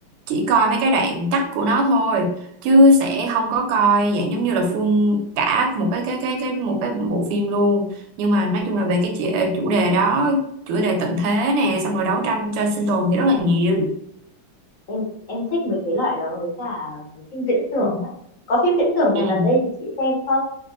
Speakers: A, on the right; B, on the left.
A: chỉ coi mấy cái đoạn cắt của nó thôi chứ sẽ không có coi dạng giống như là full cả một cái cái cái cái một cái bộ phim luôn nhưng mà nói chung là về cái chủ chủ đề đó chủ đề tận thế nè xong rồi đấu tranh cho sinh tồn thì rất là nhiều
B: em em thích mấy cái loại đó với cả mấy phim viễn tưởng
A: Ừ.
B: á có phim viễn tưởng gì
A: Ừ.
B: gần đây thì chị xem không